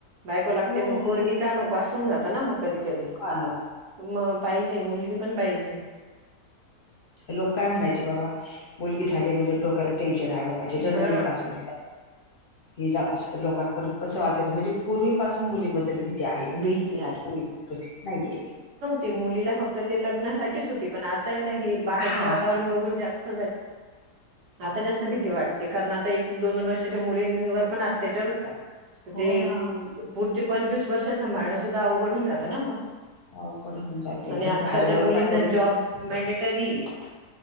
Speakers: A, on the right (about 85°); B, on the left (about 45°).
A: बायको लागते
B: हो
A: मग पोरगी का नको? अस होऊन जातं ना मग. कधी कधी
B: का नको
A: मग पाहिजे, मुलगी पण पाहिजे.
B: लोक काय म्हणायचे बाबा मुलगी झाली म्हणजे डोक्याला टेन्शन आई बापाच्या जन्मल्यापासून!
A: हा
B: हिला अस लोकांपन कसं वाचवायचं म्हणजे पूर्वी पाासून मुलीन बद्दल भीती आहे.
A: भीती
B: <unintelligible> नाहीये.
A: ते मुलीला फक्त ते लग्नासाठीच होती, पण आता आहे ना हे बाहेरचं
B: हा
A: वातावरण
B: हा
A: बघून जास्त <unintelligible> आता जास्त भीती वाटते. कारण आता एक एक, दोन दोन वर्षाच्या मुलींवर पण अत्याचार होतात. तर
B: हो
A: ते
B: ना
A: पुढचे पंचवीस वर्ष सांभाळणं सुद्धा अवघडून जातं ना मग!
B: अवघड होऊन जाते
A: आणि
B: बरं
A: आजकालच्या
B: बाहेरगावी
A: मुलींना
B: पाठवले
A: जॉब मेनडेटरी.